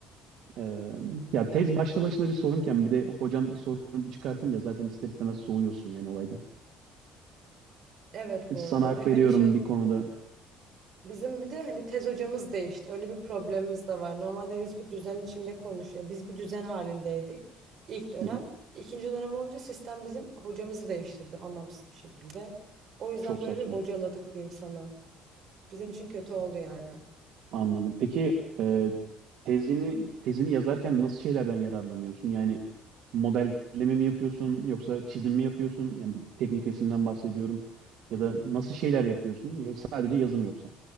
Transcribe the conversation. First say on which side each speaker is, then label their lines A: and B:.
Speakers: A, on the right (about 65°); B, on the right (about 45°).
A: Ee, ya tez başlı başına bir sorunken bir de hocan sorun çıkartınca zaten ister istemez soğuyorsun yani olaydan.
B: evet bu
A: Sana
B: arada
A: hak
B: ve hani
A: veriyorum
B: şey
A: bir konuda.
B: Bizim bir de hani tez hocamız değişti. Öyle bir problemimiz de var. Normalde biz bir düzen içinde konuşuyoruz. Biz bir düzen halindeydik ilk dönem.
A: Hı hı.
B: İkinci dönem olunca sistem bizim hocamızı değiştirdi anlamsız bir şekilde. O yüzden
A: Çok
B: böyle
A: saçma.
B: bir bocaladık diyeyim sana. Bizim için kötü oldu yani.
A: Anladım. Peki e, Tezini tezini yazarken nasıl şeylerden yararlanıyorsun? Yani modelleme mi yapıyorsun yoksa çizim mi yapıyorsun? Yani teknik resimden bahsediyorum.
B: Hı
A: Ya
B: hı.
A: da nasıl şeyler yapıyorsun? Ya sadece yazım yoksa